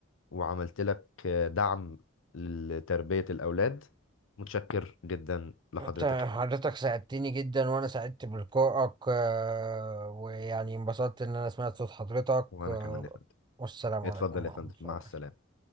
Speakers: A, on the left; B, on the right.
A: وعملت لك آه، دعم لتربية الاولاد متشكر جدا لحضرتك
B: انت
A: يا
B: حضرتك
A: فندم.
B: ساعدتني جدا وانا سعدت بلقائك آه، ويعني انبسطت ان انا سمعت صوت حضرتك
A: وانا
B: آه،
A: كمان يا فندم
B: والسلام
A: اتفضل
B: عليكم ورحمة
A: يا فندم مع
B: الله وبركاته
A: السلامة